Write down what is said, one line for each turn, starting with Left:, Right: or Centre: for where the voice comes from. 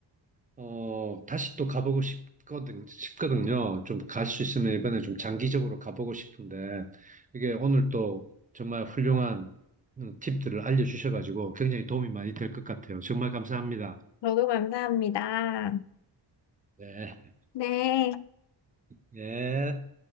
Right: 어, 다시 또 가보고 싶거든, 싶거든요. 좀 갈 수 있으면 이번에 좀 장기적으로 가보고 싶은데 이게 오늘 또 정말 훌륭한 음, 팁들을 알려주셔가지고 굉장히 도움이 많이 될 것 같아요. 정말 감사합니다.
Left: 저도 감사합니다.
Right: 네.
Left: 네.
Right: 예.